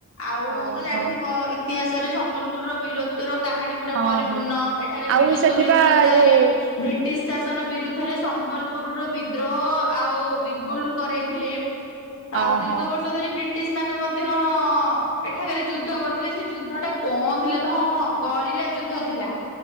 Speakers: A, on the left; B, on the right.
A: ଆଉ
B: ଓହୋ
A: ତ ଜାଣିଥିବ ଇତିହାସରେ ସମ୍ବଲପୁରର ବୀରତ୍ଵ ର କାହାଣୀ ପୁରା
B: ହଁ
A: ପରିପୂର୍ଣ୍ଣ
B: ହଁ।
A: ଏଠାରେ
B: ଆଉ
A: ବୀର
B: ସେଥିପା
A: ସୁରେନ୍ଦ୍ର ସାଏ
B: ଯୋଉ
A: ବ୍ରିଟିଶ ଶାସନ ବିରୁଦ୍ଧରେ ସମ୍ବଲପୁରରୁ ବିଦ୍ରୋହ ଆଉ ବିଗୁଲ କରାଇଥିଲେ। ଆଉ
B: ଓହୋ
A: ଦୀର୍ଘ ବର୍ଷ ଧରି ବ୍ରି ବ୍ରିଟିଶ ମାନେ ମଧ୍ୟ ଏଠାରେ ଯୁଦ୍ଧ କରିଥିଲେ। ସେ ଯୁଦ୍ଧ ଟା କଣ ଥିଲା ତ ହଁ ହଁ ଗରିଲା ଯୁଦ୍ଧ ଥିଲା